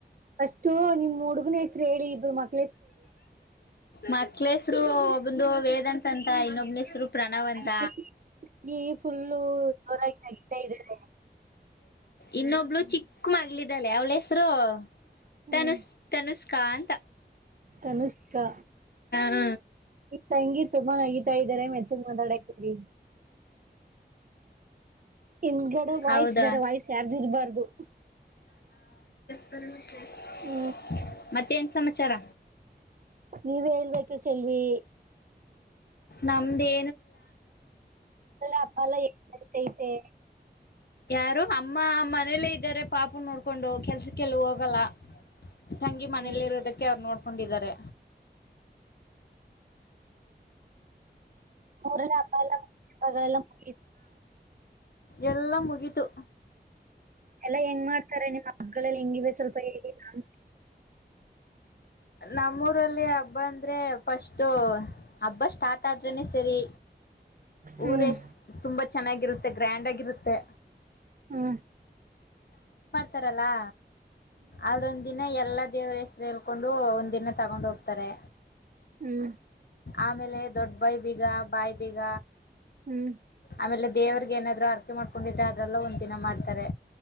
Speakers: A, on the right; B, on the left.
A: ಅಷ್ಟು ನಿಮ ಹುಡುಗನ ಹೆಸರು ಹೇಳಿ ಇದಬ್ರು ಮಕ್ಕ
B: ಮಕ್ಳಸರು ಂದು ವೇದಾಂತ ಅಂತ ಇನ್ನೊಬ್ಬನಸರು ಪ್ರಣವಂತ
A: ಅಲ್ಲಿ ಫುಲ್ಲು ಜೋರಾಗಿ ಹಗ್ತಾ ಇದಾರೆ
B: ಇನ್ನೊಬ್ಳ ಚಿಕ್ಕ ಮಗ್ಲಿದಳೆ ಅವಳ ಹೆಸರು
A: ಹ್ಮ್
B: ತನು ತನು ಕಾಂತ
A: ತನುಷ್ಕಾ
B: ಹ
A: ಸಂಗೀತ ತುಂಬಾ ನಗಿತಾ ಇದಾರೆ ಮೆತ್ತಗ್ ಮಾತಾಡಕ್ಕೆ ಹನ್ಗಡೆ
B: ಹೌದಾ
A: ವಾಯ್ಸ್ ಬೇರೆ ವಾಯ್ಸ್ ಯಾರ್ದು ಇರ್ಬಾರ್ದು
B: ಅ ಹ
A: ಹ್ಮ್
B: ಮತ್ತೇನ್ ಸಮಾಚಾರ.
A: ನೀವೇ ಹೇಳ್ಬೇಕು ಸೆಲ್ವಿ
B: ನಮ್ದೇ
A: ಅಪ್ಪಲ್ಲಏನ್ತಐತೆ
B: ಯಾರು ಅಮ್ಮ ಮನೇಲ್ಲೇ ಇದ್ದಾರೆ ಪಾಪ ನೋಡ್ಕೊಂಡು ಕೆಲ್ಸಕ್ಕೆಲ್ ಹೋಗಲ್ಲ ತಂಗಿ ಮನೇಲಿ
A: ಹ್ಮ್.
B: ಇರದಕ್ಕೆ ಅವ್ ನೋಡ್ ಕೊಂಡಿದ್ದಾರೆ
A: ರಲ್ಲ ಹಬ್ಬ ಎಲ್ಲ ಹೆಲ್ಲ ಮು
B: ಎಲ್ಲ ಮುಗಿತು
A: ಎಲ್ಲಾ ಹೆಂಗ್ ಮಾಡ್ತಾರೆ ನಿಮ್ಮ್ ಮಕ್ಳಲ್ಲಿ ಹೆಂಗಿವ ಸ್ವಲ್ಪ ನ
B: ನಮ್ಮೂರಲ್ಲಿ ಹಬ್ಬ ಅಂದ್ರೆ ಫಸ್ಟ್ ಹಬ್ಬ ಸ್ಟಾರ್ಟ್ ಆದ್ರನೆ ಸರಿ
A: ಹ್ಮ್
B: ಊರ ಎಷ್ಟ ತುಂಬಾ ಚೆನ್ನಾಗಿರುತ್ತೆ ಗ್ರ್ಯಾಂಡ್ ಆಗಿರುತ್ತೆ
A: ಹ್ಮ
B: ತರಲ್ಲಾ ಅದೊಂದ ದಿನ ಎಲ್ಲ ದೇವ್ರ ಹೆಸೇಳ್ಕೊಂಡ ಒಂದ ದಿನ ತಗೊಂಡ್ ಹೋಗ್ತಾರೆ
A: ಹ್ಮ್
B: ಆಮೇಲೆ ದೊಡ್ಡಬಾಯ ಬೀಗ ಬಾಯಿ ಬೀಗ
A: ಹ್ಮ್
B: ಆಮೇಲೆ ದೇವ್ರರಿಗೆ ಏನಾದ್ರು ಆರ್ಕೆ ಮಾಡ್ಕೊಂಡಿದ್ರೆ ಅದ್ರಲ್ಲ ಒಂದ ದಿನ ಮಾಡ್ತಾರೆ